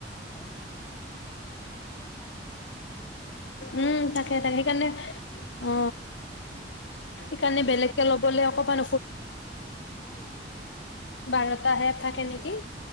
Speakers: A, on the left; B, on the left.
A: আৰু মানে কি হয় আমাৰ তোমাৰ এতিয়া তোমাৰ স্কুলত প্ৰাইভাগ বন্ধ থাকে কেই চাবাচোন হয় নে
B: উম
A: বিহু
B: তাকে তাকে
A: পূজা
B: সেইকাৰণে অ
A: সকলো বিলাকতে
B: সেইকাৰণে
A: সেইটয়ে
B: বেলেগকে ল'বলে অকমান
A: অ অ সেই।
B: বাৰটা হে থাকে নেকি?